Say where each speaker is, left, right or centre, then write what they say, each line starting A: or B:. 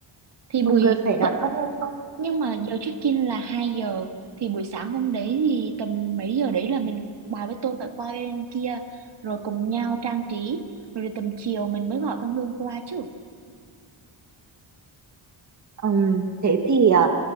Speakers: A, on the right; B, on the right.
A: thì buổi
B: một người phải đón
A: th-
B: con Hương không
A: nhưng mà giờ check in là 2 giờ thì buổi sáng hôm đấy thì tầm mấy giờ đấy là mình bà với tôi phải qua bên kia rồi cùng nhau trang trí rồi tầm chiều mình mới gọi con Hương qua chứ
B: Ừm, thế thì ờ,